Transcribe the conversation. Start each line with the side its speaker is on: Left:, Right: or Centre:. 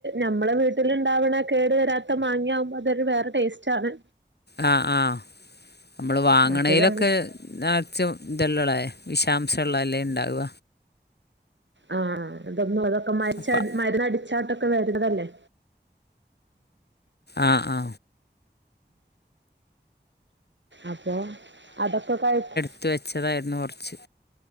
Right: നമ്മളെ വീട്ടിലുണ്ടാവണ കേട് വരാത്ത മാങ്ങയകുമ്പോ അതൊരു വേറെ ടേസ്റ്റ് ആണ്.
Left: അ, ആ, നമ്മള് വാങ്ങണയിലൊക്കെ
Right: മറ്റേത് നമ്മള്
Left: തികച്ചും ഇതല്ലള്ള വിഷാംശമള്ളതല്ലേ ണ്ടാവ.
Right: ആ, അതൊന്നും അതൊക്കെ മരുന്നു
Left: അപ്പം
Right: മരുന്നടിച്ചാട്ടൊക്കെ വരാണതല്ലേ.
Left: അ, ആ.
Right: അപ്പൊ അതൊക്കെ കഴിഞ്ഞോ?
Left: എടുത്തു വെച്ചതായിരുന്നു കുറച്ച്.